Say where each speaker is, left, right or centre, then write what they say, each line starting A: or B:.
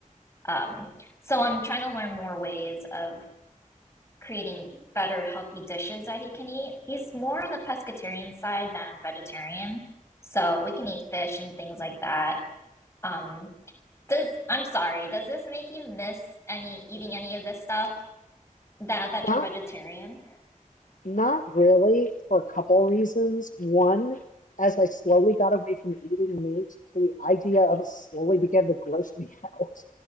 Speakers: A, on the left; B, on the left.
A: Um, so I'm trying to learn more ways of creating better healthy dishes that he can eat. He's more on the pescatarian side than vegetarian, so we can eat fish and things like that. Um, does I'm sorry, does this make you miss any eating any of this stuff that that
B: not
A: you're vegetarian?
B: not really for a couple reasons. One. As I slowly got away from eating meat, the idea of it slowly began to gross me <laughs> out.